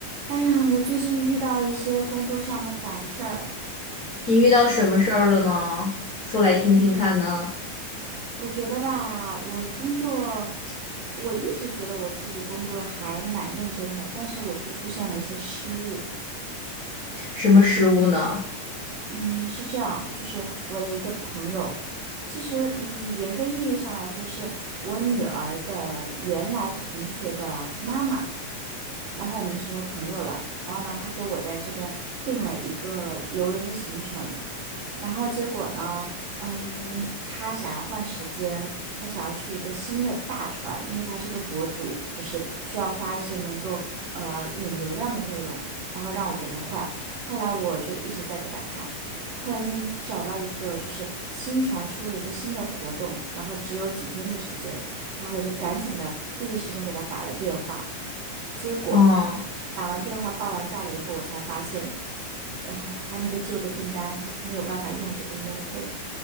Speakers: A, on the right; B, on the left.
A: 哎呀，我最近遇到一些工作上的烦事儿，
B: 你遇到什么事儿了呢？说来听听看呢，
A: 嗯我觉得吧，我工作，我一直觉得我自己工作还蛮认真的，但是我却出现了一些失误。
B: 什么失误呢？
A: 嗯，是这样，就是我的一个朋友，其实，嗯，严格意义上来说，是我女儿的原来同学的妈妈。然后我们成为朋友了。然后呢，她跟我在这边定了一个游轮的行程。然后结果呢，嗯，他想要换时间，他想要去一个新的大船，因为他是个博主，就是需要发一些能够呃引流量的内容，然后让我给他换。后来我就一直在给他看，突然间找到一个就是新船出了一个新的活动，然后只有几天的时间，然后我就赶紧的第一时间给他打了电话。结果
B: 嗯
A: 打完电话报完价了以后，我才发现，啊、他那个旧的订单没有办法用这个优惠。